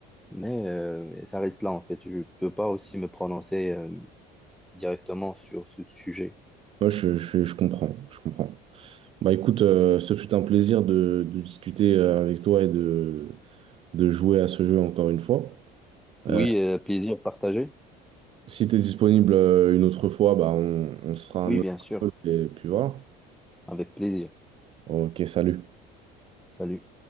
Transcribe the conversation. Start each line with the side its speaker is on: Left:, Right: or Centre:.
Centre: mais euh, ça reste là en fait. Je peux pas aussi me prononcer euh, directement sur ce sujet.
Right: Moi, je, je, je comprends, je comprends. Bah écoute, euh, ce fut un plaisir de, de discuter euh, avec toi et de, de jouer à ce jeu encore une fois.
Centre: Oui,
Right: Euh,
Centre: euh, plaisir partagé.
Right: si tu es disponible euh, une autre fois, bah on, on se fera
Centre: Oui,
Right: un autre
Centre: bien sûr,
Right: jeu et puis voilà.
Centre: avec plaisir.
Right: Ok, salut.
Centre: Salut.